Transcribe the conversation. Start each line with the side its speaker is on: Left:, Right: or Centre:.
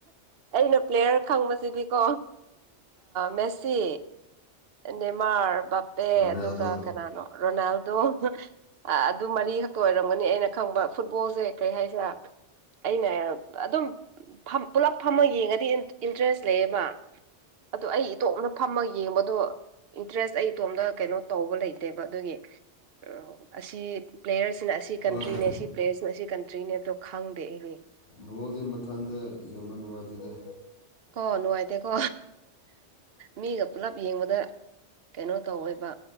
Right: ꯑꯩꯅ ꯄ꯭ꯂꯦꯌꯔ ꯈꯪꯕꯁꯤꯗꯤꯀꯣ ꯃꯦꯁꯤ ꯅꯦꯃꯥꯔ ꯕꯥꯞꯄꯦ
Left: ꯔꯣꯅꯥꯜꯗꯣ
Right: ꯑꯗꯨꯒ ꯀꯅꯥꯅꯣ ꯔꯣꯅꯥꯜꯗꯣ ꯑ ꯑꯗꯨ ꯃꯔꯤ ꯈꯛꯇ ꯑꯣꯏꯔꯝꯒꯅꯤ ꯑꯩꯅ ꯈꯪꯕ ꯐꯨꯠꯕꯣꯜꯁꯦ ꯀꯔꯤ ꯍꯥꯏꯁꯤꯔ ꯑꯩꯅ ꯑꯗꯨꯝ ꯄꯨꯂꯞ ꯐꯝꯃ ꯌꯦꯡꯉꯗꯤ ꯏꯟꯇꯔꯦꯁ ꯂꯩꯌꯦꯕ ꯑꯗꯨ ꯑꯩ ꯏꯇꯣꯝꯇ ꯐꯝꯃ ꯌꯦꯡꯕꯗꯣ ꯏꯟꯇꯔꯦꯁ ꯑꯩ ꯏꯇꯣꯝꯇ ꯀꯩꯅꯣ ꯇꯧꯕ ꯂꯩꯇꯦꯕ ꯑꯗꯨꯒꯤ ꯑꯣ ꯑꯁꯤ ꯄ꯭ꯂꯦꯌꯔꯁꯤꯅ ꯑꯁꯤ
Left: ꯍꯣꯏ
Right: ꯀꯟꯇ꯭ꯔꯤꯅꯦ ꯑꯁꯤ ꯄ꯭ꯂꯦꯌꯔꯁꯤꯅ ꯑꯁꯤ ꯀꯟꯇ꯭ꯔꯤꯅꯦ ꯗꯣ ꯈꯪꯗꯦ ꯑꯩꯗꯤ꯫
Left: ꯚꯣꯜꯒꯤ ꯃꯊꯟꯗ ꯌꯦꯡꯕ ꯅꯨꯡꯉꯥꯏꯇꯦꯗ
Right: ꯀꯣ ꯅꯨꯡꯉꯥꯏꯇꯦꯀꯣ ꯃꯤꯒ ꯄꯨꯂꯞ ꯌꯦꯡꯕꯗ ꯀꯩꯅꯣ ꯇꯧꯋꯦꯕ